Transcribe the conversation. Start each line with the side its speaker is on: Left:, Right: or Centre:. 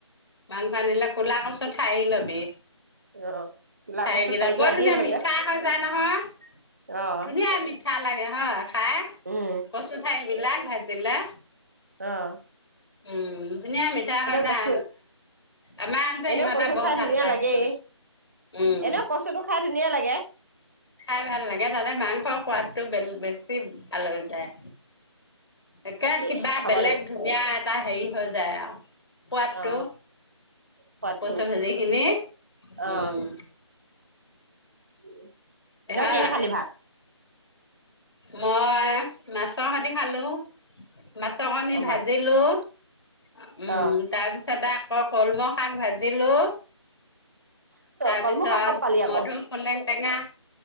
Left: মাংস আনিলে কোলা <unintelligible> লবি।
Right: অ ক'লা
Left: ঠাৰিকেইটা।
Right: কচু ঠাৰিটো
Left: বৰ
Right: আহিয়ে
Left: ধুনীয়া
Right: থাকে
Left: মিঠা হৈ যায় নহয়,
Right: অ',
Left: ধুনীয়া মিঠা লাগে হয়। খাই
Right: উম,
Left: কচু ঠাৰি বিলাক ভাজি দিলা
Right: অহ।
Left: উম ধুনীয়া মিঠা হয় যায়
Right: কচু
Left: আমাৰ আন যে
Right: এনেও
Left: সিহঁতে
Right: কচু
Left: বৰ
Right: খাই
Left: ভাল
Right: ধুনীয়া
Left: পায়
Right: লাগেই
Left: সেইহটো উম
Right: এনেও কচুটো খাই ধুনীয়া লাগে।
Left: খাই ভাল লাগে তাতে মাংসৰ সোৱাদটো বেলেগ বেছি ভাল হৈ যায় একে
Right: তাকে
Left: কিবা
Right: খাব
Left: বেলেগ
Right: লাগিব
Left: ধুনীয়া এটা হেৰি হৈ যায় সোৱাদটো
Right: অ সোৱাদটো
Left: পচা ভাজি খিনি
Right: অ
Left: উম
Right: <unintelligible> তই
Left: হয়।
Right: কিহে খালি ভাত
Left: মই মাছৰ সতি খালোঁ। মাছৰ কণি
Right: অ
Left: ভাজিলো
Right: মাছ
Left: উম,
Right: অ
Left: তাৰপিছত আ অ', কলমৌ শাক ভাজিলো। তাৰপিছত
Right: কলমু শাক ক'ত পালি আকৌ
Left: মধু সোলেং টেঙা।